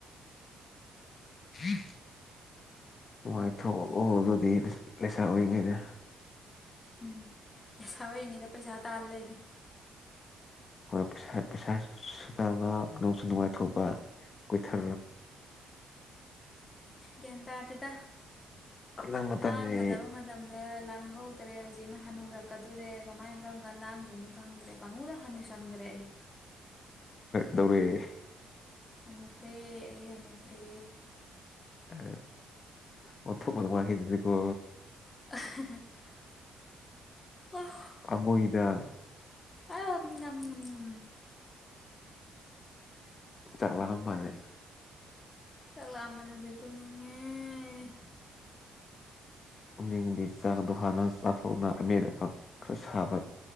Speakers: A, on the left; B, on the left.
A: ꯍ <unintelligible> ꯅꯨꯡꯉꯥꯏꯊꯣꯛꯑꯣ ꯑꯗꯨꯗꯤ ꯂꯩꯁꯥ ꯑꯣꯏꯔꯤꯉꯩꯗ
B: ꯎꯝ ꯂꯩꯁꯥ ꯑꯣꯏꯔꯤꯉꯩꯗ ꯄꯩꯁꯥ ꯇꯥ ꯂꯩꯔꯦ
A: ꯩ ꯄꯩꯁꯥꯗꯕ ꯅꯣꯡꯁꯨ ꯅꯨꯡꯉꯥꯏꯊꯣꯛꯄ ꯀꯣꯏꯊꯣ
B: ꯒ꯭ꯌꯥꯟ ꯇꯥꯗꯗ
A: ꯍꯟꯗꯛ ꯃꯇꯝꯗꯤ
B: ꯂꯥꯡꯒꯗꯕ ꯃꯇꯝꯗ ꯂꯥꯡꯍꯧꯗ꯭ꯔꯦ ꯍꯧꯖꯤꯛꯅ ꯍꯨꯔꯛꯀꯗꯔꯦ ꯀꯃꯥꯏꯅ ꯀꯔꯝ ꯀ ꯂꯥꯡꯗꯣꯏꯅꯣ ꯈꯪꯗ꯭ꯔꯦ ꯄꯥꯡꯉꯨꯗ ꯍꯅꯨꯁꯟꯈ꯭ꯔꯦ ꯑꯩ
A: ꯇꯧꯔꯦ
B: ꯍꯅꯨꯈ꯭ꯔꯦ ꯑꯩ ꯍꯅꯨꯈ꯭ꯔꯦ
A: ꯑ ꯑꯣꯊꯣ ꯀ ꯃꯥꯈꯤꯀꯣ
B: <unintelligible> ꯑ
A: ꯑꯕꯨꯏꯗ
B: ꯑꯝ
A: ꯇꯔꯕꯥꯝ ꯄꯅꯤ
B: ꯆꯥꯛꯂꯛꯑꯝꯕꯅꯗꯤ ꯇꯨꯝꯅꯤꯡꯉꯦ
A: ꯎꯅꯤꯡꯗꯤ ꯆꯥꯛꯗꯣ ꯍꯥꯟꯅ ꯆꯥꯊꯣꯛꯅ ꯑꯃꯦꯠ ꯑꯄ ꯈꯔ ꯁꯥꯕ